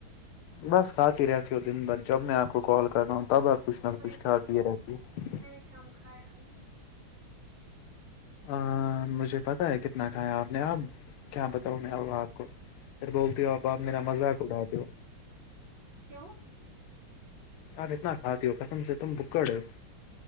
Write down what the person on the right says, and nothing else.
میں
نے
میں نے کم کھایا آج
جی
بتائیں
کیوں